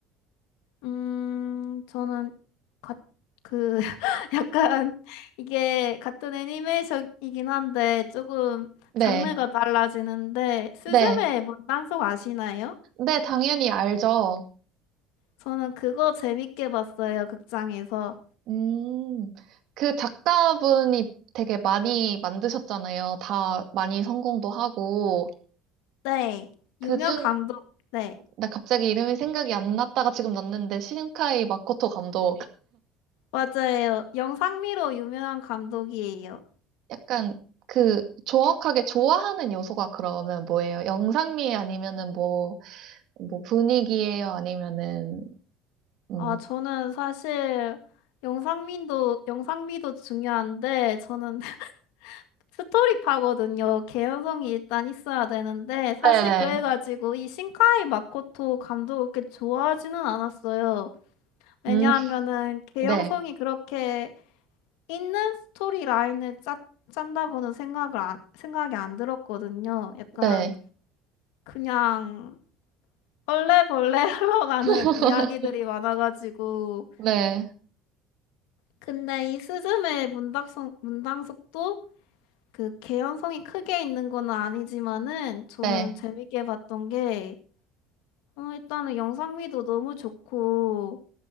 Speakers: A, on the left; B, on the right.
A: 음, 저는 가, 그 <laughs> 약간 이게 같은 애니메이션이긴 한데 조금
B: 네,
A: 장르가 달라지는데 스즈메
B: 네.
A: 문단속 아시나요?
B: 네, 당연히 알죠.
A: 저는 그거 재밌게 봤어요, 극장에서.
B: 음, 그 작가분이 되게 많이 만드셨잖아요. 다 많이 성공도 하고.
A: 네,
B: 그중,
A: 유명 감독. 네,
B: 나 갑자기 이름이 생각이 안 났다가 지금 났는데, 신카이 마코토 감독.
A: 맞아요. 영상미로 유명한 감독이에요.
B: 약간 그 정확하게 좋아하는 요소가 그러면 뭐예요? 영상미에 아니면은 뭐, 뭐 분위기예요? 아니면은,
A: 아,
B: 음.
A: 저는 사실 영상미도 영상미도 중요한데 저는 스토리파거든요. 개연성이 일단 있어야 되는데 사실
B: 네네.
A: 그래가지고 이 신카이 마코토 감독을 그렇게 좋아하지는 않았어요. 왜냐하면은
B: 음,
A: 개연성이
B: 네.
A: 그렇게 있는 스토리 라인을 짜, 짠다고는 생각을 안, 생각이 안 들었거든요. 약간
B: 네.
A: 그냥 얼레벌레 <laughs> 흘러가는
B: <laughs>
A: 이야기들이 많아가지고
B: 네.
A: 근데 이 스즈메의 문닥성, 문당속도 그 개연성이 크게 있는 건 아니지만은 저는
B: 네.
A: 재밌게 봤던 게 어, 일단은 영상미도 너무 좋고